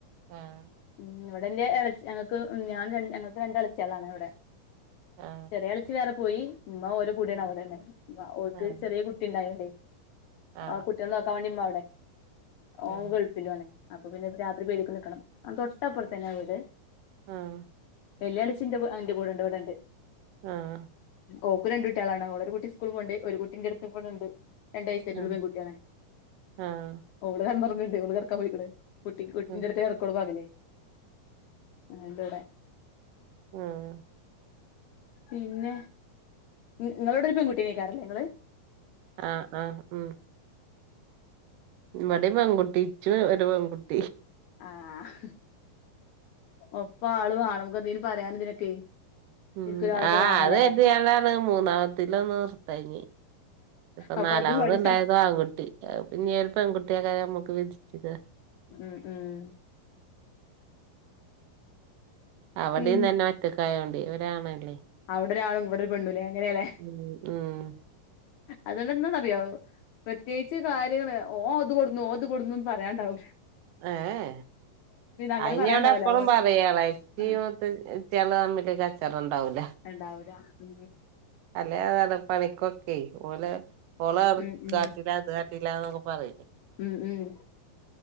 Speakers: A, on the right; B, on the left.
A: ആഹ്
B: ഉ ഇവിടെ എന്റെള ഞങ്ങക്ക് ഞാൻ ര ഞങ്ങൾക്ക് രണ്ട് അളിച്ചളാണ് ഇവിടെ
A: ആഹ്
B: ചെറിയ കളിച്ച് വേറെ പോയി ഉമ്മ ഓര കൂടിയാണ് അവിടെണ്ട ഉ ഓർക്ക്
A: ആഹ്
B: ചെറിയ കുട്ടി ഉണ്ടായണ്ടേ
A: ആഹ്
B: ആ കുട്ടിയെ നോക്കാൻ വേണ്ടിമ്മ അവിടെ ഓൻ
A: ആഹ്
B: ഗൾഫിലു ആണ അപ്പൊ പിന്നെ രാത്രി പേടക്ക് നൽക്കണം തൊട്ടപ്പുറത്തന്നെ വീട്
A: ആഹ
B: വെള്ളാളിന്റെ അന്റെ കൂടെ ഉണ്ട് ഇവിടെ ഉണ്ട്
A: ആഹ
B: ഓക്കു രണ്ട കുട്ടികള ആണ്ഓളര കുട്ടി സ്കൂള പോണ്ട് ഒരു കുട്ടിന്റെ അടുത്ത്ും പോുന്നുണ്ട് രണ്ട വയസ്സായിട്ടുള്ള
A: ഉം
B: പെൺകുട്ടിയാണ്
A: ആഹ്
B: ഓള് കൺ പറഞ്ഞണ്ട് ഓ കറക്കാൻ പോയിണേ കുട്ടി കുട്ടിന്റെ
A: ഉം
B: അടുത്ത് ഹർക്കോൾ ഭാഗല്ലേ അ ഇവിടെ
A: ആഹ
B: പിന്നെ നിങ്ങളോട്രിക്കം കുട്ടീ നക്കാറല്ലേ ങ്ങള്
A: ആഹ് ആഹ ഉ ഇമ്മുടെ പെകുട്ടിിച്ചും ഒരു പെൺകുട്ടി
B: ആഹ ഒപ്പ ആള് വേണം നമക്ക്ന്തീന് പറയാാന ഇതിനൊക്കെ
A: ഉം
B: ശരിക്കും ഒരാളൊക്കെ
A: ആഹ്
B: വേണല്ലേ
A: അത് കട്ടല്ലാണ് മൂന്നാമത്തിലല്ലോന്ന് നിർത്തഴഞ്ഞ ഇപ്പൊ
B: അപ്പൊ
A: നാലാമത്
B: അത് പഠിച്ച
A: ഇണ്ടായത് ആൺകുട്ടി പിന്നെ ഒരു പ പെൺകുട്ടിയ കാര്യ നമ്മുക്ക് വിധിച്ചത്
B: ഉം ഉം
A: അവിടെന്ന്
B: ഉം
A: തന്നെ മറ്റക്കായോണ്ട് ഇവരണല്ലേ
B: അവിടെ ഒരാളും ഇവിടെ ഒരു പെണ്ണുലെ അങ്ങനെയല്ലേ
A: ഉം ഉം
B: അതുകൊണ്ട എന്താ അറിയോ പ്രത്യേകിച്ച് കാര്യങ്ങള് ഓ അത് കൊടുന്നുു ഓ അത് കൊടുന്നുന്ന് പറയണ്ടാവൂില്ല
A: ഹ <unintelligible>
B: അങ്ങനെ
A: അോടെ
B: പറയാണ്ടാവൂല
A: എപ്പഴും
B: ഓള്
A: പറയാളച്ചി
B: ആഹ്
A: മ ചെില തമ്മില് കച്ചടം ഉണ്ടാവൂല
B: ഉണ്ടാവല ഉ
A: അല്ലെ അതാണ് പണിക്കൊക്കെ ഓല ഓള
B: ഉം
A: കാട്ടില്ല
B: ഉം
A: അത് കാട്ടല്ലന്ന്ക്കെ പറയിലേ
B: ഉം ഉം